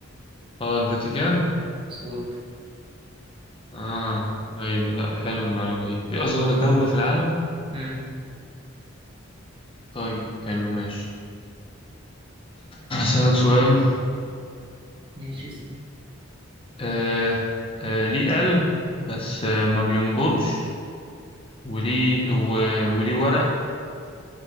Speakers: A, on the left; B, on the right.
A: اه الفاتيكان
B: مظبوط
A: اه ايوه لا حلوه المعلومه دي دي اصغر دولة في العالم
B: مم.
A: طيب حلو ماشي هسألك سؤال
B: ماشي
A: آه آه ليه قلب بس آه ما بينبضش وليه و- وليه ورق